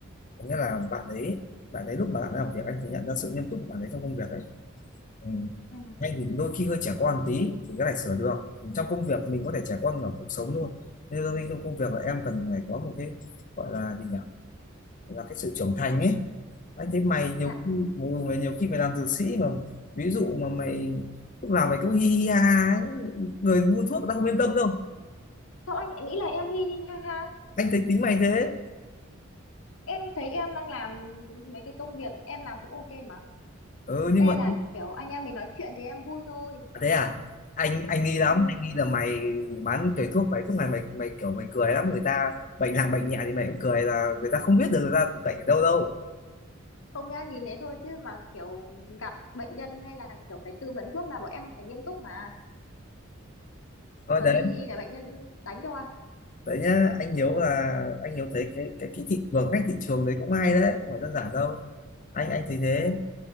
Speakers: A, on the left (about 40°); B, on the left (about 70°).
A: có nghĩa là bạn đấy bạn đấy lúc mà bạn làm việc anh thì nhận ra sự nghiêm túc của bạn ấy trong công việc ấy ừ.
B: ừ.
A: hay thì đôi khi hơi trẻ con tí thì cái này sửa được trong công việc mình có thể trẻ con ở cuộc sống thôi nên đôi khi trong công việc là em cần phải có một cái gọi là gì nhỉ là cái sự trưởng thành ấy anh thấy mày nhiều
B: dạ
A: khi mày nhiều khi mày làm dược sĩ mà ví dụ mà mày lúc nào mày cũng hi hi ha ha ấy, người mua thuốc người ta không yên tâm đâu
B: sao anh lại nghĩ là em hi hi ha ha
A: anh thấy tính mày thế
B: em thấy em đang làm mấy cái công việc em làm cũng ok mà
A: ừ, nhưng
B: đây
A: mà
B: là kiểu anh em mình nói chuyện thì em vui thôi
A: thế à anh anh nghi lắm
B: ừ
A: anh nghi là mày bán cái thuốc ấy thuốc này mày mày kiểu mày cười lắm người ta bệnh nặng bệnh nhẹ thì mày cũng cười là người ta không biết được người ta bệnh ở đâu đâu
B: không nhá nhìn thế thôi chứ mà kiểu gặp bệnh nhân hay là kiểu phải tư vấn thuốc là bọn em phải nghiêm túc mà
A: thôi
B: cười
A: đấy
B: hi hi là bệnh nhân đánh cho à
A: đấy nhá anh Hiếu là anh Hiếu thấy cái cái cái thị trường cách thị trường đấy cũng hay đấy không phải đơn giản đâu anh anh thấy thế
B: ừ,